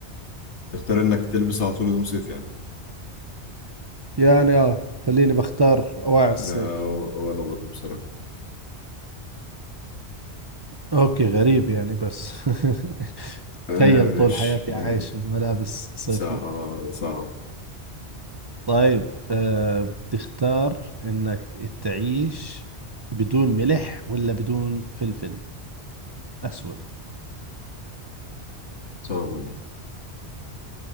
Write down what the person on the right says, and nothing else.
يعني اه خليني بختار اواعي
الصيف
اوكي غريب يعني بس <laughs>
تخيل
طول حياتي
عايش بملابس صيفي
طيب آه بتختار انك تعيش بدون ملح ولا بدون فلفل اسود